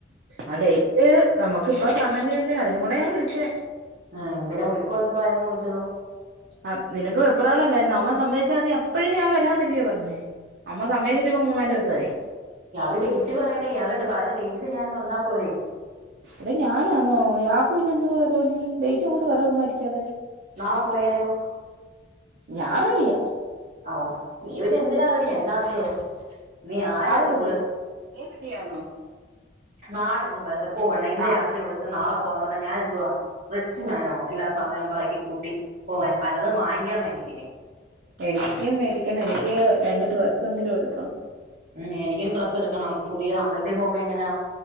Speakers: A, on the right (about 75°); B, on the right (about 45°).
A: ആഹ് ഡേയിറ്റ് നമ്മക്കിപ്പം പറഞ്ഞെങ്കിലല്ലേ അതിനും കൂടെയാ ഞാൻ വിളിച്ചേ
B: ഏഹ് പിന്നെ ഒരുക്കം എന്തോ ആയെന്ന് ചോദിച്ചതോ?
A: ആപ് നിനക്ക് വെപ്രാളല്ലായിരുന്നോ അമ്മ സമ്മതിച്ചാ മതി അപ്പഴേ ഞാൻ വരാന്നല്ലിയോ പറഞ്ഞേ അമ്മ സമ്മയിച്ചിട്ടിപ്പം മൂന്നാല് ദിവസായി
B: ഇയാള് ഡേയിറ്റ് പറയെടെ ഇയാള് പറയുന്ന ഡേറ്റിന് ഞാൻ വന്നാ പോരെ
A: എടെ ഞാനാന്നോ ഇയാക്ക് പിന്നെ എന്തുവാ ജോലി ഡേയിറ്റ് അങ്ങോട്ട് പറാ ചുമ്മാ ഇരിക്കാതെ
B: നാളെ പോയാലോ?
A: ഞാൻ റെഡിയാ
B: ആഹ് ഓഹ് നീ പിന്നെ എന്തിനാ റെഡി അല്ലാത്തത് നീ ആരാ
A: ഇയാള്
B: മോള്
A: റെഡിയാ നീ റെഡിയാന്നോ
B: നാളെ ഒന്നും പറ്റത്തില്ലാ പോ പെണ്ണെ ഇന്ന്
A: ആ
B: രാത്രി വിളിച്ചിട്ട് നാളെ പോവാന്ന് പറഞ്ഞാ ഞാൻ എന്തുവാ റിച്ച് മാനോ എല്ലാ സാധനവും പറക്കി കൂട്ടി പോവാൻ പലതും വാങ്ങിക്കണം എനിക്കിനി
A: എനിക്കും മേടിക്കണം എനിക്ക് രണ്ട് ഡ്രസ്സെങ്കിലും എടുക്കണം
B: ഉം എനിക്കും ഡ്രസ് ഇടുക്കണം. പുതിയ അമ്പൽത്തി പോകുമ്പ എങ്ങനാ.